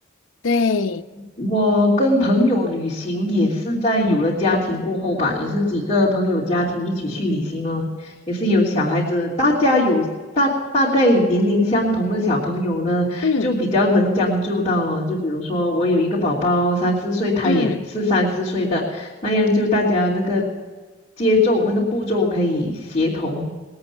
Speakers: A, on the left; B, on the left.
A: 对，
B: 我跟朋友旅行也是在有了家庭过后吧，也是几个朋友家庭一起去旅行哦，也是有小孩子，大家有大大概年龄相同的小朋友呢，
A: 嗯
B: 就比较能将就到了。就比如说我有一个宝宝三四岁，他也是三四岁的，
A: 嗯
B: 那样就大家那个节奏那个步骤可以协同